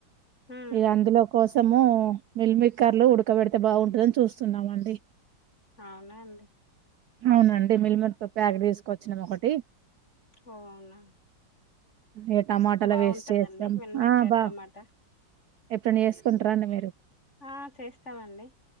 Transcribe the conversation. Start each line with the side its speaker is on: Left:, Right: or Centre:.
Left: హ్మ్
Right: ఇగ అందులో కోసం సము మిల్మిక్కర్లు ఉడకబెడితే బాగుంటదని చూస్తున్నాము అండి.
Left: అవునా అండి.
Right: అవునండి మిల్మికర్ ప్యాక్ తీసుకొచ్చినము ఒకటి.
Left: ఓ అవునా
Right: ఇగ టమాటాల
Left: బావుంటదండి
Right: వేసి చేస్తాం.
Left: మిల్మేకర్
Right: ఆ బా
Left: టమాటా
Right: ఎప్పుడన్నా చేసుకుంటరా అండి మీరు?
Left: ఆ చేస్తమండి.